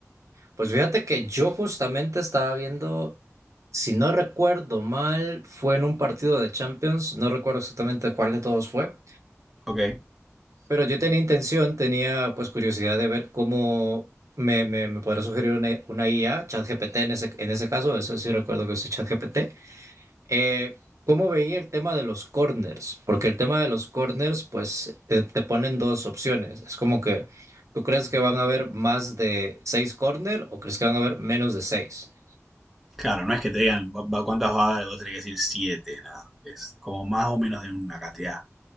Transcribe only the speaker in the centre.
Ok.
Claro, no es que te digan cuántas va a dar, vos tenés que decir 7 nada. Es como más o menos de una cantidad.